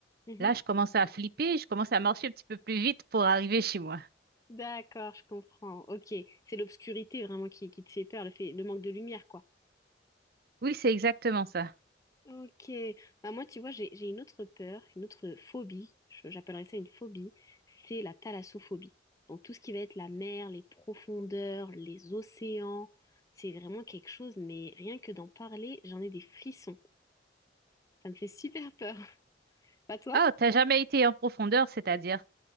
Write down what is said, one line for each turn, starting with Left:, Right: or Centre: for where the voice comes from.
Left: Mhm.
Right: là, je commence à flipper, je commence à marcher un petit peu plus vite pour arriver chez moi.
Left: D'accord, je comprends. Ok, c'est l'obscurité vraiment qui, qui te fait peur, le fait, le manque de lumière, quoi.
Right: Oui, c'est exactement ça.
Left: Ok, bah moi tu vois j'ai j'ai une autre peur, une autre phobie, je- j'appellerais ça une phobie, c'est la thalassophobie. Donc tout ce qui va être la mer, les profondeurs, les océans, c'est vraiment quelque chose, mais rien que d'en parler, j'en ai des frissons. Ça me fait super peur. <laughs> Pas toi?
Right: Ah, t'as jamais été en profondeur, c'est-à-dire?